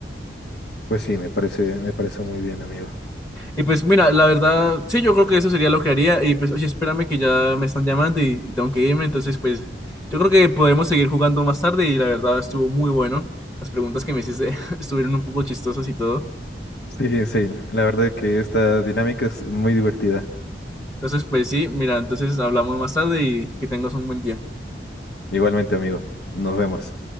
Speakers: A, on the left; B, on the left.
A: Pues sí, me parece, me parece muy bien, amigo.
B: Y pues mira, la verdad, sí, yo creo que eso sería lo que haría. Y pues, oye, espérame que ya me están llamando y, y tengo que irme. Entonces, pues, yo creo que podemos seguir jugando más tarde y la verdad estuvo muy bueno. Las preguntas que me hiciste <laughs> estuvieron un poco chistosas y todo.
A: Sí, sí, la verdad que esta dinámica es muy divertida.
B: Entonces, pues sí, mira, entonces hablamos más tarde y que tengas un buen día.
A: Igualmente, amigo, nos vemos.